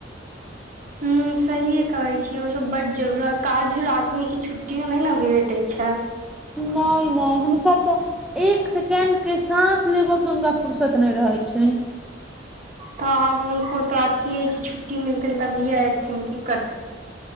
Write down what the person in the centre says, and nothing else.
नहि नहि हुनको तऽ एक सेकेंड के साँस लेबो के हुनका फर्सत नहि रहे छै